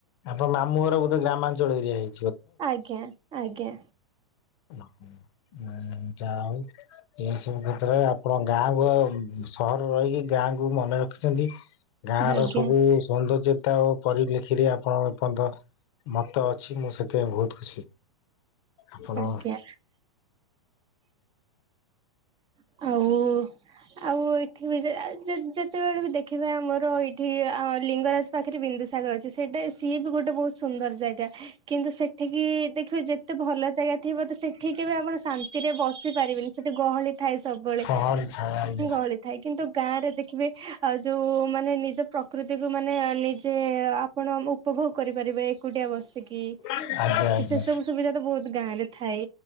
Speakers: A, on the left; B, on the right.
A: ଆପଣ ମାମୁଁ ଘର ବୋଧେ ଗ୍ରାମାଞ୍ଚଳ ଏରିଆ ହେଇ?
B: ଆଜ୍ଞା ଆଜ୍ଞା।
A: ଓ ଏ ଯା ହଉ ଏଇ ସବୁ କ୍ଷେତ୍ରରେ ଆପଣଙ୍କ ଗାଁ ଅ ସହର ରହିକି ଗାଁକୁ ମନେ ର ସେମତି ଗାଁ
B: ଆଜ୍ଞା
A: ର ସବୁ ସୌନ୍ଦର୍ଯ୍ୟତା ଓ ପରିପ୍ରେକ୍ଷୀରେ ଆପଣଙ୍କ ଏ ପର୍ଯ୍ୟନ୍ତ ମତ ଅଛି ମୁଁ ସେଥିପାଇଁ ବହୁତ ଖୁସି। ଆପଣ
B: ଆଜ୍ଞା ଆଉ ଆଉ ଏଇଠି ବି ଯେ ଯେତେ ଯେତେବେଳେ ବି ଦେଖିବେ ଆମର ଏଇଠି ଆ ଲିଙ୍ଗରାଜ ପାଖରେ ବିନ୍ଦୁସାଗର ଅଛି। ସେଇଟା ସିଏ ବି ଗୋଟେ ବହୁତ ସୁନ୍ଦର ଜାଗା। କିନ୍ତୁ ସେଠିକି ଦେଖିବେ ଯେତେ ଭଲ ଜାଗା ଥିବ ତ ସେଠିକି କେବେ ଆପଣ ଶାନ୍ତିରେ ବସି ପାରିବେନି। ସେଠି ଗହଳି ଥାଏ ସବୁବେଳେ।
A: ଗହଳି ଥାଏ। ଆଜ୍ଞା
B: ହଳି ଥାଏ କିନ୍ତୁ ଗାଁ ରେ ଦେଖିବେ ଆ ଯୋଉ ମାନେ ନିଜ ପ୍ରକୃତିକୁ ମାନେ ନିଜେ ଆ ପଣ ଉପଭୋଗ କରିପାରିବେ ଏକୁଟିଆ ବସିକି। କି
A: ଆଜ୍ଞା। ଆଜ୍ଞା।
B: ତ ସେ ସବୁ ସୁବିଧା ତ ବହୁତ ଗାଁ ରେ ଥାଏ।